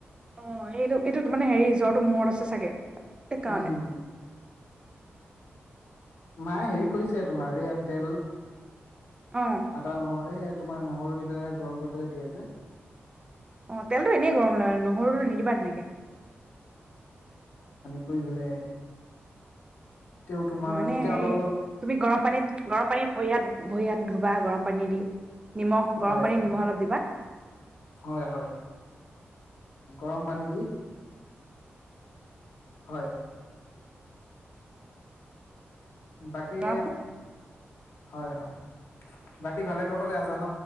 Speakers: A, on the right; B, on the left.
A: অ এইটো এইটো ত মানে হেৰি জ্বৰ মূৰত আছে চাগে সেইকাৰণে
B: উম মায়ে হেৰি কৰিছে তোমাৰ ইয়াত তেল
A: অ
B: আদা নহয় এই তোমাৰ নহৰু দি পেলাই গৰম কৰি পেলাই দিয়া যে
A: অ তেলতটো এনেই গৰম হ' মানে নহৰুটো
B: অ'।
A: নিদিবা তেনেকে
B: থুই দিলে তেওঁ তোমাৰ
A: মানে
B: এতিয়া
A: হেৰি
B: অলপ অলপ
A: তুমি গৰম পানীত গৰম পানীত ভৰি হাত ভৰি হাত ধুবা গৰম পানী দি নিমখ গৰম
B: হয়
A: পানী নিমখ অলপ দিবা
B: হয় হয় গৰম পানী দি হয় বাকী
A: অ
B: হয় হয় বাকী ভালে কুশলে আছা ন